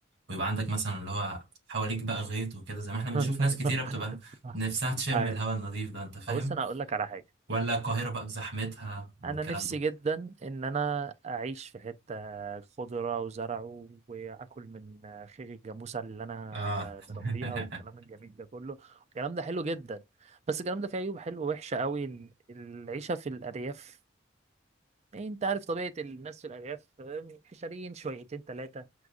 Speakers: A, on the right; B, on the right.
A: ويبقى عندك مثلا اللي هو حواليك بقى غيط وكده زي ما احنا بنشوف
B: <laughs>
A: ناس كتيره بتبقى نفسها تشم
B: <laughs> أي.
A: الهواء النظيف ده انت فاهم
B: بص انا هقول لك على حاجة
A: ولا القاهره بقى بزحمتها والكلام
B: انا نفسي
A: ده
B: جدا ان انا اعيش في حته خضره وزرع و- واكل من خير الجاموسه اللي انا
A: اه
B: ب- بربيها والكلام
A: <laughs>
B: الجميل ده كله الكلام ده حلو جدا بس الكلام ده فيه عيوب حلوه وحشه قوي ال- العيشه في الارياف إيه، انت عارف طبيعه الناس في الارياف آه، حشريين شويتين ثلاثه